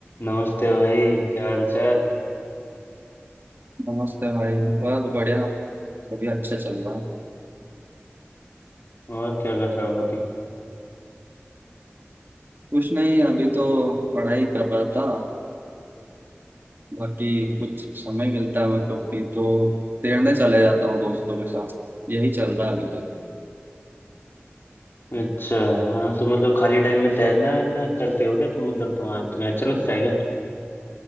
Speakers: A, on the left; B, on the right.
A: नमस्ते भाई क्या हाल चाल
B: नमस्ते भाई बस बढ़िया अभी अच्छे चल रहा है
A: और क्या कर रहे हो अभी
B: कुछ नहीं अभी तो पढ़ाई कर रहा था बाकी कुछ समय मिलता है मेरे को फ्री तो तैरने चले जाता हूँ दोस्तों के साथ यही चल रहा है अभी तक
A: अच्छा हाँ तो मतलब खाली टाइम में तैरना वैरना करते हो क्या तुम मतलब तुम्हारा तुम्हें अच्छा लगता है क्या